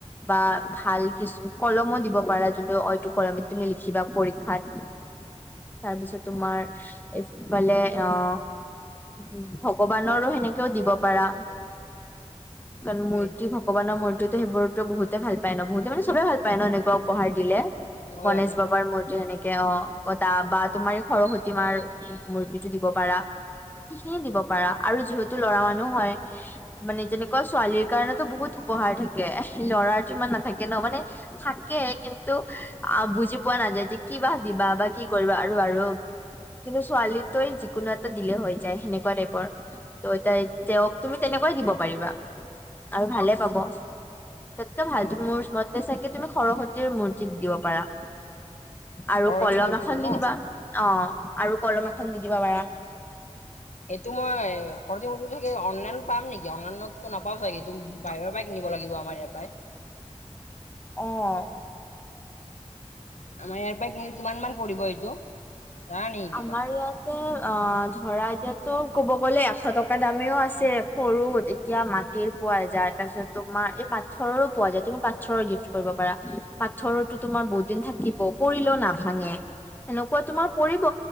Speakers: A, on the left; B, on the left.
A: বা ভাল কিছু কলমো দিব পাৰা যোনটো এইটো কলমে তুমি লিখিবা পৰীক্ষাত।
B: <unintelligible>
A: তাৰপিছত তোমাৰ
B: অ'
A: এইফালে অহ ভগৱানৰো সেনেকেও দিব পাৰা কাৰণ মূৰ্তি
B: এইটো
A: ভগৱানৰ মূৰ্তি ত সেইবোৰতো বহুতে ভাল পায় ন বহুতে মানে চবেই ভাল পায় ন এনেকুৱা উপহাৰ দিলে
B: মই
A: গণেশ
B: ভালে
A: বাবাৰ মূৰ্তি সেনেকে, অ গঢ়ি বা তোমাৰ সৰসতী মাৰ মূৰ্তিটো দিব পাৰা সিখিনি দিব পাৰা আৰু যিহেতু লৰা মানুহ হয় মানে যেনেকুৱা ছোৱালীৰ কাৰণেতো বহুত উপহাৰ থাকে ল'ৰাৰতো ইমান নাথাকে ন মানে থাকে কিন্তু অ বুজি পোৱা নাযায় যে কিবা দিবা বা কি কৰিবা আৰু-আৰু কিন্তু ছোৱালী তই যিকোনো এটা দিলেই হৈ যায় সেনেকুৱা টাইপৰ ত এতিয়া তেওঁক তুমি তেনেকুৱাই দিব পাৰিবা আৰু ভালে পাব তাতকে
B: পাওঁ
A: ভাল
B: অ'।
A: মোৰ মতে চাগে তুমি সৰসতীৰ মূৰ্তি। দিব পাৰা আৰু
B: সৰস্বতী
A: কলম
B: মূৰ্তিটো
A: এখন
B: ন
A: দি দিবা অ আৰু কলম এখন দি দিব পাৰা
B: এইটো মই <unintelligible> অনলাইন পাম নেকি? অনলাইনতো নাপাম চাগে এইটো। বাহিৰৰ পৰাই কিনিব লাগিব আমাৰ ইয়াৰ পৰাই।
A: অ'
B: আমাৰ ইয়াৰ পৰাই কিনিলে কিমান মান পৰিব এইটো জানা নেকি কিবা
A: আমাৰ ইয়াতে অ ধৰা এতিয়াতো ক'ব গ'লে এশ টকা দামেও আছে। সৰু এতিয়া মাটিৰ পোৱা যায়। তাৰ পিছত তোমাৰ এই পাথৰৰো পোৱা যায়। তুমি পাথৰৰ গিফ্ট কৰিব পাৰা। পাথৰৰটো তোমাৰ বহুত দিন থাকিব, পৰিলেও নাভাঙে। সেনেকুৱা তোমাৰ পৰি ত